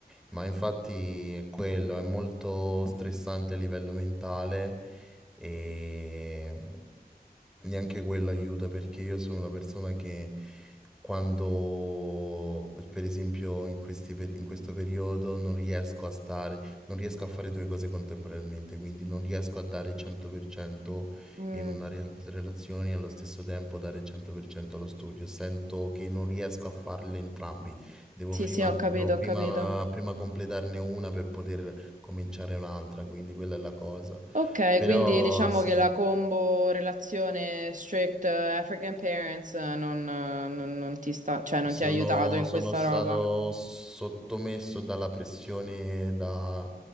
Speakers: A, in the centre; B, on the right.
A: Ma infatti è quello, è molto stressante a livello mentale e neanche quello aiuta perché io sono una persona che quando, per esempio, in questi per- in questo periodo non riesco a stare, non riesco a fare due cose contemporaneamente, quindi non riesco a dare il 100%
B: Mm,
A: in una rea- relazione e allo stesso tempo dare il 100% allo studio. Sento che non riesco a farle entrambi. Devo
B: sì,
A: prima,
B: sì, ho capito,
A: devo prima,
B: ho capito.
A: prima completarne una per poter cominciare un'altra, quindi quella è la cosa.
B: Ok,
A: Però
B: quindi diciamo
A: sì,
B: che la combo relazione strict eh, African parents eh, non, eh, non- non ti sta, cioè non
A: sono,
B: ti ha aiutato in
A: sono
B: questa
A: stato
B: roba.
A: sottomesso dalla pressione da